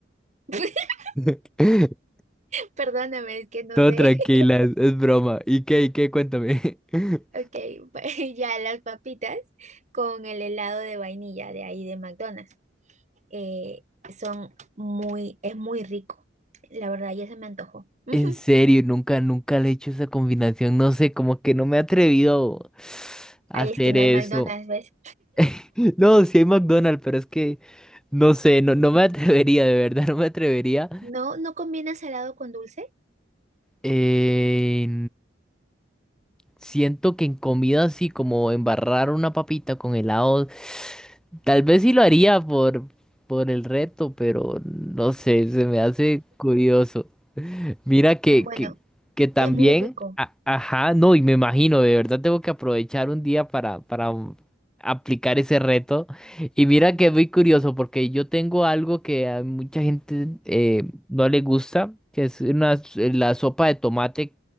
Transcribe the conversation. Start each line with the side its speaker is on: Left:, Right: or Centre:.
Right: <laughs>
Centre: <laughs>
Right: Perdóname, es que no
Centre: Todo
Right: sé.
Centre: tranquila,
Right: <laughs>
Centre: es, es broma. ¿Y qué, y qué? Cuéntame. <laughs>
Right: Ok, <laughs> ya las papitas con el helado de vainilla de ahí de McDonald's. eh, son muy, es muy rico. La verdad, ya se me antojó. <laughs> Ujú.
Centre: En serio, nunca, nunca le he hecho esa combinación. No sé, como que no me he atrevido a
Right: Ay,
Centre: hacer
Right: es que no
Centre: eso.
Right: hay McDonald's, ¿ves?
Centre: <laughs> No, sí hay McDonald's, pero es que no sé, no, no me atrevería, de verdad, no me atrevería.
Right: No, no combina salado con dulce.
Centre: Eh, Siento que en comida así como embarrar una papita con helado, tal vez sí lo haría por, por el reto, pero no sé, se me hace curioso. Mira que,
Right: Ah, Bueno,
Centre: que, que también,
Right: es muy rico.
Centre: a- ajá, no, y me imagino, de verdad tengo que aprovechar un día para, para um, aplicar ese reto. Y mira que es muy curioso porque yo tengo algo que a mucha gente eh, no le gusta, que es una, la sopa de tomate.